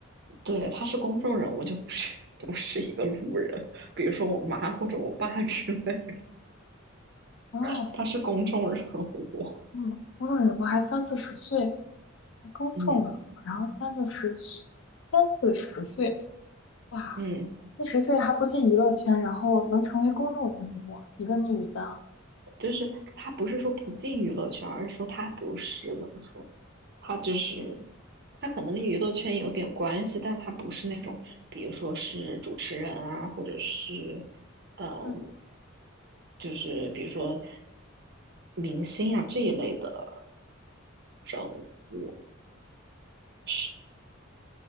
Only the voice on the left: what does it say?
哦，
嗯，我感觉我还三四十岁，公众，
中呢，然后三四十岁，三四十岁，哇，
四十岁还不进娱乐圈，然后能成为公众人物，一个女的，
嗯